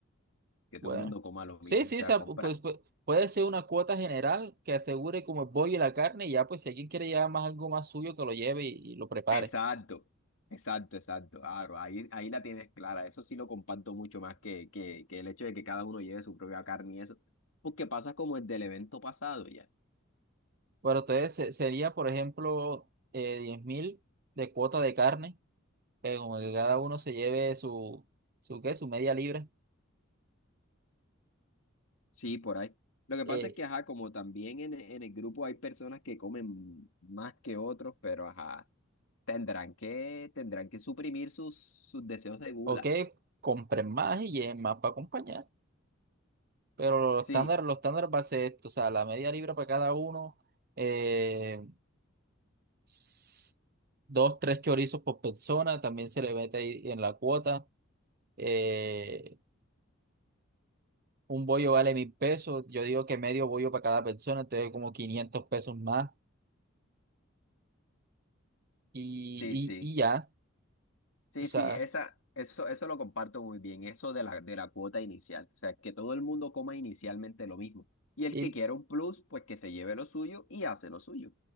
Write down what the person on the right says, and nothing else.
Bueno.
Sí,
sí,
o sea,
pu- pues, pu- puede ser una cuota general que asegure como el pollo y la carne, y ya, pues si alguien quiere llevar más algo más suyo, que lo lleve y, y lo prepare.
Bueno, entonces se- sería, por ejemplo, eh, 10 mil de cuota de carne. que como que cada uno se lleve su, su qué, su media libra,
eh,
o que compren más y lleven más para acompañar. Pero los
estándares, los estándares va a ser esto, o sea, la media libra para cada uno, eh, s- dos, tres chorizos por persona, también se le mete ahí en la cuota. eh, un bollo vale mil pesos, yo digo que medio bollo para cada persona, entonces como 500 pesos más y,
y, y ya,
o sea.
y,